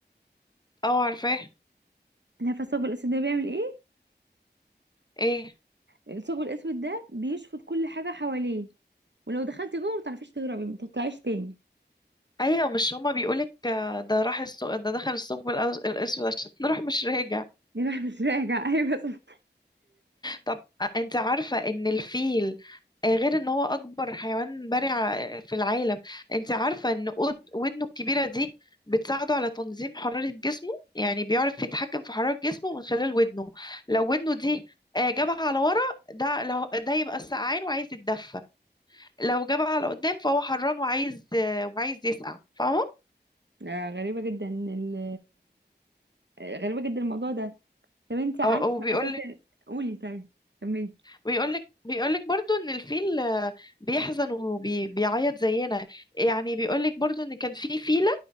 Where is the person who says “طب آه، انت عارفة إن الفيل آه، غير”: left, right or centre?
Left